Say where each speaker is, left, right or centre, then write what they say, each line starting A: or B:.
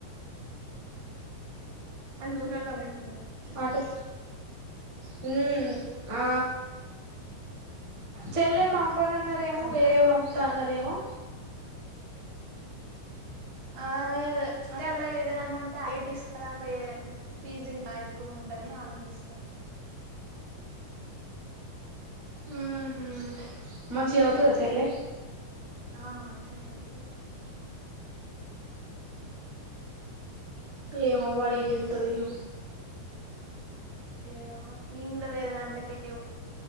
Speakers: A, on the right; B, on the right.
A: ఆ దూరమ <unintelligible>
B: అటు హ్మ్మ్ ఆ చెల్లెను పంపాను అన్నారు.
A: ఇగ
B: ేమో వేరే పంపుత అన్నారురేమో
A: ఆే అంటే అలాగే వేరేదాంట అంటే అ తీసుకుదా అటు <unintelligible> ఫీజు గిట్ల ఎక్కువ ఉంటదిని ఆలోచిస్తాను.
B: ఉమ్మ్ మంచిగ చదువుతుందా చెల్లె
A: ఆ మంచిగానే చదువుతది
B: ఏమో వాడు ఏం చేస్తాడు ఏమో
A: ఏ నేను కూడా వేరే దాంట్లోకే